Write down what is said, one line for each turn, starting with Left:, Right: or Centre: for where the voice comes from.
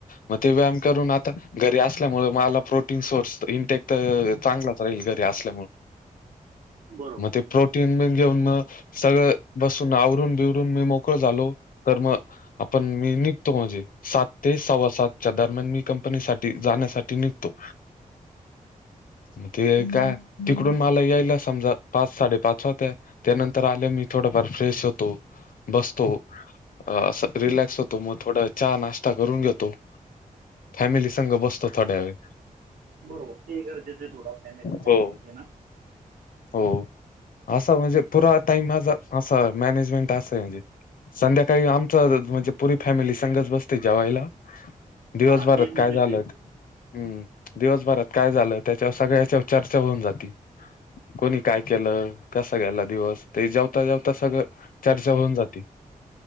Left: मग ते व्यायाम करून आता घरी असल्यामुळे मला प्रोटीन सोर्स इनटेक तर चांगलाच राहील घरी असल्यामुळे
Right: बरोबर
Left: मग ते प्रोटीन बी घेऊन मग सगळं बसून आवरून बिवरून मी मोकळ झालो तर मग आपण मी निघतो म्हणजे सात ते सव्वा सातच्या दरम्यान मी कंपनीसाठी जाण्यासाठी निघतो. मग ते काय तिकडून मला यायला समजा पाच साडेपाच होत्यात. त्यानंतर आल्या मी थोडाफार फ्रेश होतो बसतो. असं रिलॅक्स होतो मग थोडा चहा नाश्ता करून घेतो. फॅमिली सगं बसतो थोडा वेळ
Right: बरोबर ते गरजेचं आहे थोडा फॅमिलीला
Left: हो
Right: टाइम देणं
Left: हो असं म्हणजे पुरा टाइम माझा असं मॅनेजमेंट असं आहे म्हणजे संध्याकाळी आमचं म्हणजे पुरी फॅमिली संघच बसते जेवायला. दिवसभरात
Right: हा ते मेन
Left: काय
Right: विषय
Left: झालंय
Right: आहे.
Left: ते हम्म दिवसभरात काय झालं त्याच्यावर सगळ्याच्या चर्चा होऊन जाते. कोणी काय केलं कस गेला दिवस ते जेवता जेवता सगळं चर्चा होऊन जाते.